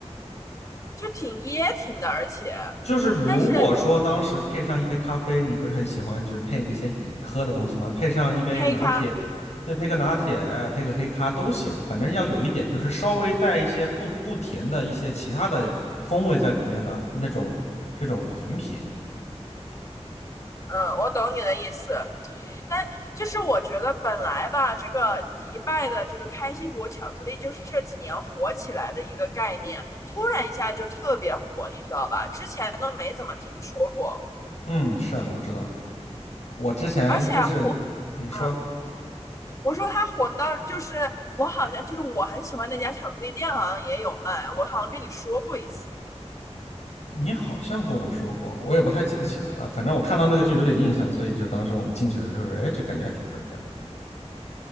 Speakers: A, on the left; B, on the left.
A: 就挺噎挺的，而且，
B: 就是如果说当时配上一杯咖啡，
A: 但是
B: 你不是很喜欢，就是配这些饮喝的东西吗？配上一杯拿铁，
A: 黑咖，
B: 对，配个拿铁，配个黑咖都行，反正要有一点就是稍微带一些不不甜的一些其他的风味在里面的那种这种饮品。
A: 嗯，我懂你的意思，但就是我觉得本来吧，这个迪拜的这个开心果巧克力就是这几年火起来的一个概念，突然一下就特别火，你知道吧？之前都没怎么听说过，
B: 嗯，是啊，我知道。我之前就是
A: 而且火。
B: 你说。
A: 啊，我说它火到就是我好像就是我很喜欢那家巧克力店，好像也有卖，我好像跟你说过一次，
B: 你好像跟我说过，我也不太记得起来了。反正我看到那个就有点印象，所以就当时我们进去的时候说，哎，这感觉还挺特别的，